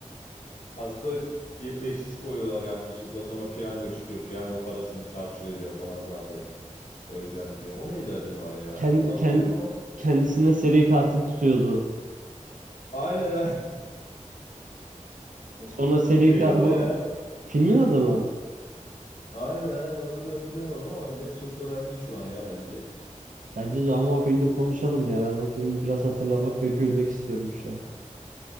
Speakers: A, on the left (about 80°); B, on the right (about 80°).
A: Hasta diye teşhis koyuyorlar yanlışlıkla. Sonra piyango çıkıyor. Piyango parasını çarçur ediyor falan zaten. öleceğim diye. O neydi acaba ya?
B: Kend,
A: Onu hatırlıyor
B: kend,
A: musun?
B: kendisine seri katil tutuyordu.
A: Aynen aynen. <laughs>
B: Sonra seri
A: Neydi
B: katil
A: o
B: bu
A: ya?
B: filmin adı mı?
A: Aynen aynen onu bir hatırlayamadım ama neyse çok da önemli değil şu an ya bence.
B: Bence de ama o filmi konuşalım ya. Ben o filmi biraz hatırlamak ve gülmek istiyorum şu an.